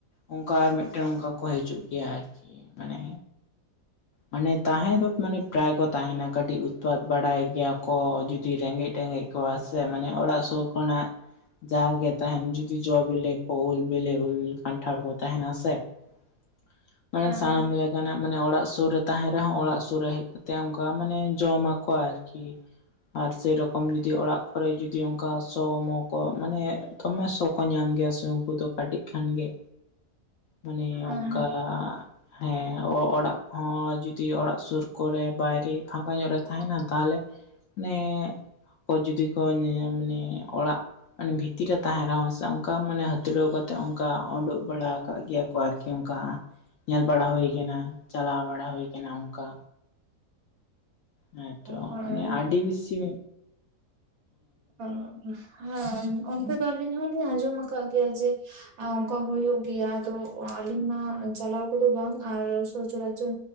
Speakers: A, on the left; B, on the right.
A: ᱚᱱᱠᱟ ᱟᱨ ᱢᱤᱫᱴᱮᱱ ᱚᱱᱠᱟ ᱠᱚ ᱦᱤᱡᱩᱜ ᱜᱮᱭᱟ ᱟᱨᱠᱤ ᱢᱟᱱᱮ ᱢᱟᱱᱮ ᱛᱟᱦᱮᱸ ᱫᱚ ᱢᱟᱱᱮ ᱯᱨᱟᱭ ᱠᱚ ᱛᱟᱦᱮᱸᱱᱟ ᱠᱟᱹᱴᱤᱡ ᱩᱯᱟᱛ ᱵᱟᱲᱟᱭ ᱜᱮᱭᱟ ᱠᱚ ᱡᱩᱫᱤ ᱨᱮᱸᱜᱮᱡ ᱴᱮᱸᱜᱮᱡ ᱠᱚᱣᱟ ᱥᱮ ᱢᱟᱱᱮ ᱚᱲᱟᱜ ᱥᱩᱨ ᱠᱷᱚᱱᱟᱜ ᱡᱟᱜᱮ ᱛᱟᱦᱮᱱ ᱡᱩᱫᱤ ᱡᱚ ᱵᱮᱞᱮ ᱠᱚ ᱩᱞ ᱵᱮᱞᱮ ᱩᱞ ᱠᱟᱱᱴᱷᱟᱲ ᱠᱚ ᱛᱟᱦᱮᱱᱟ ᱥᱮ <inaudible> ᱢᱟᱱᱮ
B: ᱦᱮᱸ
A: ᱥᱟᱱᱟᱢ ᱞᱮᱠᱟᱱᱟᱜ ᱢᱟᱱᱮ ᱚᱲᱟᱜ ᱥᱳᱨ ᱨᱮ ᱛᱟᱦᱮᱸ ᱨᱮᱦᱚᱸ ᱚᱲᱟᱜ ᱥᱳᱨ ᱨᱮ ᱦᱮᱡ ᱠᱟᱛᱮ ᱚᱱᱠᱟ ᱢᱟᱱᱮ ᱡᱚᱢᱟᱠᱚ ᱠᱚ ᱟᱨᱠᱤ ᱟᱨ ᱥᱮᱨᱚᱠᱚᱢ ᱡᱩᱫᱤ ᱚᱲᱟᱜ ᱛᱟᱯᱚᱨᱮ ᱡᱩᱫᱤ ᱚᱱᱠᱟ ᱥᱚ ᱢᱚ ᱠᱚ ᱢᱟᱱᱮ ᱫᱚᱢᱮ ᱥᱚ ᱠᱚ ᱧᱟᱢ ᱜᱮᱭᱟ ᱥᱮ ᱩᱱᱠᱩ ᱫᱚ ᱠᱟᱹᱴᱤᱡ ᱠᱷᱟᱱ ᱜᱮ ᱢᱟᱱᱮ
B: ᱦᱮᱸ
A: ᱚᱱᱠᱟ ᱦᱮᱸ ᱚᱲᱟᱜ ᱠᱚᱦᱚᱸ ᱡᱩᱫᱤ ᱚᱲᱟᱜ ᱥᱳᱨ ᱠᱚᱨᱮ ᱵᱟᱭᱨᱮ ᱯᱷᱟᱸᱠᱟ ᱧᱚᱜ ᱨᱮ ᱛᱟᱦᱮᱱᱟ ᱛᱟᱦᱞᱮ ᱢᱟᱱᱮ ᱚ ᱡᱩᱫᱤ ᱠᱚ ᱢᱟᱱᱮ ᱚᱲᱟᱜ ᱢᱟᱱᱮ ᱵᱷᱤᱛᱤᱨ ᱨᱮ ᱛᱟᱦᱮ ᱨᱮᱦᱚᱸ ᱥᱮ ᱚᱱᱠᱟ ᱢᱟᱱᱮ ᱦᱟᱹᱛᱲᱟᱹᱣ ᱠᱟᱛᱮᱜ ᱚᱱᱠᱟ ᱳᱰᱳᱜ ᱵᱟᱲᱟ ᱠᱟᱜ ᱜᱮᱭᱟ ᱠᱚ ᱚᱱᱠᱟ ᱧᱮᱞ ᱵᱟᱲᱟ ᱦᱳᱭ ᱠᱟᱱᱟ ᱪᱟᱞᱟᱣ ᱵᱟᱲᱟ ᱦᱳᱭ ᱠᱟᱱᱟ ᱚᱱᱠᱟ ᱦᱮᱸᱛᱚ
B: ᱦᱮᱸ
A: ᱢᱟᱱᱮ ᱟᱹᱰᱤ ᱵᱤᱥᱤ
B: ᱚ ᱦᱮᱸ ᱚᱱᱛᱮ ᱫᱚ ᱟᱹᱞᱤᱧ ᱦᱚᱞᱤᱧ ᱟᱸᱡᱚᱢ ᱠᱟᱜ ᱜᱮᱭᱟ ᱡᱮ ᱚᱱᱠᱟ ᱦᱳᱭᱳᱜ ᱜᱮᱭᱟ ᱟᱫᱚ ᱟᱹᱞᱤᱧ ᱢᱟ ᱪᱟᱞᱟᱣ ᱠᱚᱫᱚ ᱵᱟᱝ ᱟᱨ ᱥᱚᱪᱚᱨᱟᱪᱚᱨ